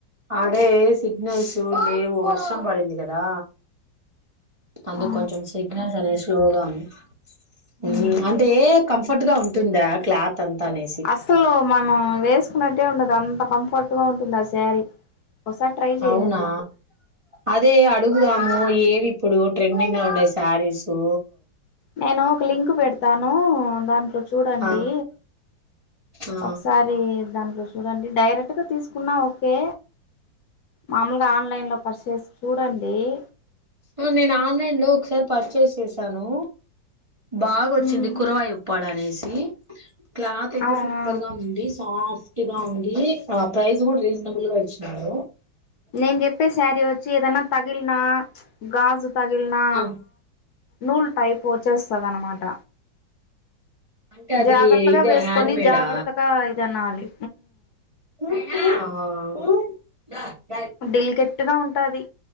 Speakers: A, on the right; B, on the left.
A: అదే సిగ్నల్స్ లేవు వర్షం పడింది కదా అందుక్కొంచెం
B: ఆ
A: సి అయినా సరే స్లోగా ఉంది ఉమ్
B: మ్
A: అంటే ఏ కంఫర్ట్ గా ఉంటుందా క్లాత్ అంతా అనేసి
B: అసలు మనం వేసుకున్నట్టు టే ఉండదు కం కంఫర్ట్గా ఉంటుంది ఆ స్యారీ ఒకసారి ట్రై చేయండి
A: అవునా అదే అడుగుదాము ఏవిప్పుడు ట్రెడింగ్ ఉండే స్యారీసూ
B: నేను ఒక లింక్ పెడతానూ దాంట్లో చూడండీ
A: ఆ ఆ
B: ఒకసారి దాంట్లో చూడండి డైరెక్టగా తీసుకున్నా ఓకే మాము ఆన్లైన్ లో పరిచేసి చూడండి ఏ
A: ఆ నేను ఆన్లైన్ లో ఒకసారి పర్చేస్ చేసాను బాగొచ్చింది
B: ఉమ్
A: కురవాయ ఉప్పాడు అనేది సీ క్లాత్ అయితే
B: ఆ
A: సూపర్
B: ఆ
A: గా ఉంది సాఫ్ట్ టిగా ఉంది ఆ ప్రైజ కూడా రీజనబుల్గా ఇచ్చినాడు
B: నేన్ చెప్పే సారీ వచ్చి ఏదన్నా తగిల్నా గాజు పగిల్నా
A: ఆ
B: నూల్ టైప్ వచ్చేస్తది అన్నమాట
A: అంటే అది
B: జాగ్రత్తగా
A: ఇదే
B: వేసుకొని
A: హ్యాండ్ మేడా
B: జాగ్రత్తగా ఇది అనాలి
A: హా
B: బడిల్ కెట్టుగా ఉంటాది